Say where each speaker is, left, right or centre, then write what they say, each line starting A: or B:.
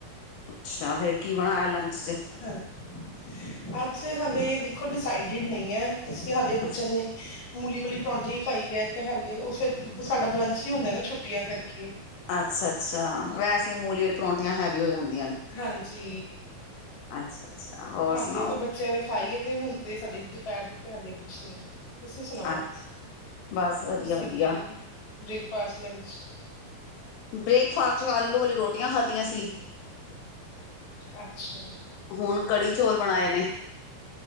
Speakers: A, on the left (about 80°); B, on the left (about 45°).
A: ਅੱਛਾ ਫੇਰ ਕੀ ਬਣਾਇਆ ਲੰਚ ਚ?
B: ਹਾਂਜੀ ਅੱਜ ਹਾਲੇ ਦੇਖੋ ਡਿਸਾਈਡਡ ਨਹੀਂ ਹੈ ਅਸੀ ਹਾਲੇ ਬੱਚਿਆਂ
A: ਅੱਛਾ
B: ਨੇ ਮੂਲੀ ਵਾਲੀ ਪਰੌਂਠੀ ਹੀ ਖਾਈ ਹੈ ਤੇ ਹਾਲੇ ਉਹ ਫੇਿਰ ਸਾਡਾ ਬਰੰਚ ਹੀ ਹੁੰਦਾ ਨਾ ਛੁੱਟੀਆਂ ਕਰਕੇ
A: ਅੱਛਾ ਅੱਛਾ ਵੈਸੇ ਮੂਲੀਅਲ ਪਰੌਠੀਆਂ ਹੈਵੀ ਹੋ ਜਾਂਦੀ
B: ਹਾਂਜੀ
A: ਅੱਛਾ ਅੱਛਾ ਹੋਰ
B: ਹਾਂਜੀ
A: ਸੁਣਾਓ
B: ਉਥੇ ਬੱਚਿਆਂ ਨੇ ਖਾਈਏ ਤੇ ਹੁਣ ਤੇ ਸਾਡੀ ਦੁਪਹਿਰ ਦੇ ਤੇ ਹਜੇ ਕੁਛ ਨਹੀਂ ਤੁਸੀਂ ਸੁਣਾਓ
A: ਅੱਛਾ ਬਸ ਵਧੀਆ
B: ਤੁਸੀਂ
A: ਵਧੀਆ
B: ਕੀ ਬ੍ਰੇਕਫਾਸਟ ਲੰਚ
A: ਬ੍ਰੇਕਫਾਸਟ ਆਲੂ ਵਾਲੀ ਰੋਟੀਆਂ ਖਾਧੀਆਂ ਸੀ
B: ਅੱਛਾ
A: ਹੁਣ ਕੜੀ ਚੌਲ ਬਣਾਏ ਨੇ